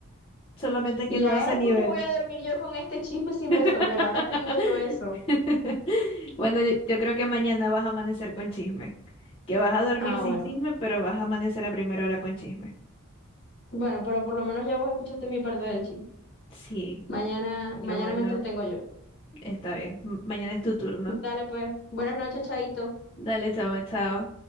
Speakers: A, on the left; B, on the left.
A: solamente
B: ¿Y
A: que no
B: ahora
A: a ese nivel.
B: cómo voy a dormir yo con este chisme sin
A: <laughs>
B: resolver? Ahora te digo yo eso.
A: Bueno, yo, yo creo que mañana vas a amanecer con chisme, que vas a dormir
B: Ah,
A: sin
B: bueno.
A: chisme, pero vas a amanecer a primera hora con chisme.
B: Bueno, pero por lo menos ya vos escuchaste mi parte del chisme.
A: Sí,
B: Mañana,
A: pero
B: mañana
A: bueno,
B: me entretengo yo.
A: está bien. M- Mañana es tu turno.
B: Dale pues. Buenas noches, Chaito.
A: Dale, chama, chao.